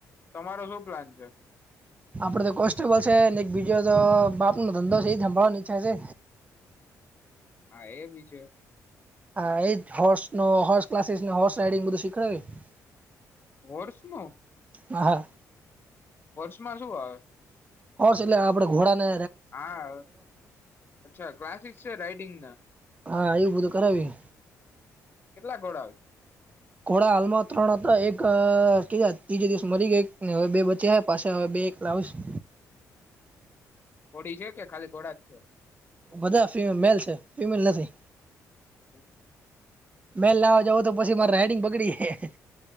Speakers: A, on the left (about 35°); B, on the right (about 25°).
A: તમારો શું પ્લાન છે?
B: આપડે તો કોન્સ્ટેબલ છે એક બીજો બાપ નો ધંધો છે એભવાની ઈચ્છા છે.
A: હા એ બી છે.
B: હા એજ હોર્સો હોર્સ ક્લાસીસ હોર્સ રાઈડિંગ બધું શીખવાડાય
A: <unintelligible>
B: હ હા
A: હોશમા શું આવે
B: હોશ એટલે આપડે ઘોડા ને
A: હા અચ્છા ક્લાસસ છે રાઈડિંગ ના
B: હા એું બધું કરવીએ
A: કેટલા ઘોડા હોય છે
B: ખોડા હાલમાં ત્રણ હતા એક ક ત્રીજે દિવસ મરી ગયા એક હવે બે બચ્યા પાછ હવે એક બે લાવીસું
A: ઘોડી છે કે ખાલી ઘોડા જ છે.
B: બધા મેલ છે ફિમેલ નથી
A: <inaudible>
B: મેલ લાવા જવ તો પછી મારે રાઈડિંગ બગડી જાય